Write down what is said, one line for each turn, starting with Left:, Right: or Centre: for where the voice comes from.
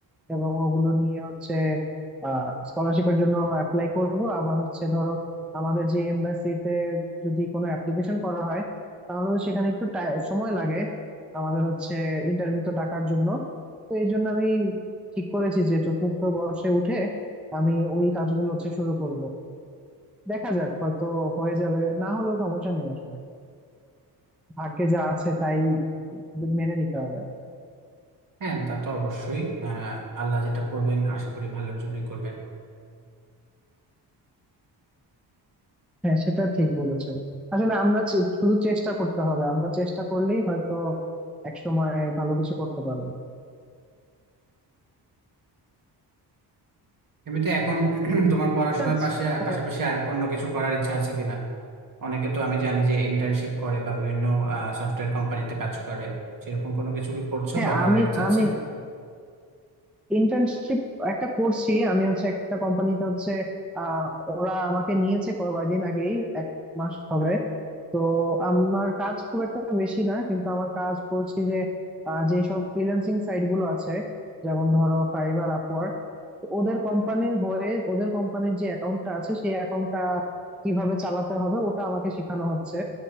Centre: এবং ওগুলো নিয়ে হচ্ছে আহ স্কলারশিপের জন্য অ্যাপ্লাই করব আবার হচ্ছে ধরো আমাদের যে এমবাসিতে যদি কোনো অ্যাপ্লিকেশন করা হয় তাহলে তো সেখানে একটু টাই- সময় লাগে আমাদের হচ্ছে ইন্টারভিউ তো ডাকার জন্য তো এই জন্য আমি ঠিক করেছি যে চতুর্থ বর্ষে উঠে আমি ওই কাজগুলো হচ্ছে শুরু করব দেখা যাক হয়তো হয়ে যাবে না হলেও সমস্যা নেই আসলে ভাগ্যে যা আছে তাই মেনে নিতে হবে
Right: হ্যাঁ তা তো অবশ্যই আহ, আল্লাহ যেটা করবেন আশা করি ভালোর জন্যই করবেন
Centre: হ্যাঁ সেটা ঠিক
Right: তো
Centre: বলেছে আসলে আমরা চে- শুধু চেষ্টা করতে হবে আমরা চেষ্টা করলেই হয়তো একসময় ভালো কিছু করতে পারবে
Right: এমনিতে এখন তোমার পড়াশোনার
Centre: ঠিক আছে
Right: পাশে
Centre: হ্যাঁ
Right: পাশাপাশি আর অন্য কিছু করার ইচ্ছা আছে কিনা অনেকে তো আমি জানি যে ইন্টার্নশিপ করে বা বিভিন্ন সফটওয়্যার কোম্পানিতে কাজ করে সেরকম কোনো কিছু কি করছো
Centre: হ্যাঁ,
Right: বা করার
Centre: আমি
Right: ইচ্ছা
Centre: আমি
Right: আছে
Centre: ইন্টার্নশিপ একটা করছি আমি হচ্ছে একটা কোম্পানিতে হচ্ছে আহ ওরা আমাকে নিয়েছে কয়েকদিন আগেই এক মাস হবে তো আমার কাজ খুব একটা বেশি না কিন্তু আমার কাজ করছি যে আহ, যেসব ফ্রিল্যান্সিং সাইট গুলো আছে যেমন ধরো ফাইবার আপওয়ার্ক তো ওদের কোম্পানির হয়ে ওদের কোম্পানির যে অ্যাকাউন্টটা আছে সেই অ্যাকাউন্টটা কিভাবে চালাতে হবে ওটা আমাকে শেখানো হচ্ছে